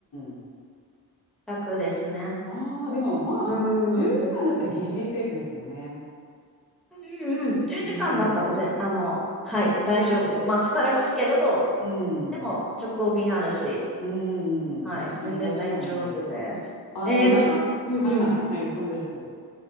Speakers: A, on the left; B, in the centre.
A: ん。
B: 楽ですね。
A: ああ、でもまあ、
B: うん。
A: 10時間だったらギリギリセーフですよね。
B: うんうんうん。10時間だったらぜ、
A: うん、
B: あの、はい、大丈夫です。まあ疲れますけど、
A: うん。
B: でも直行便あるし、
A: うーん、
B: はい、
A: 確かに確かに。
B: 全然大丈夫です。
A: あの、
B: えー、
A: な、
B: ロサン、うんうん。
A: はいはい、はい、ロサンゼルス。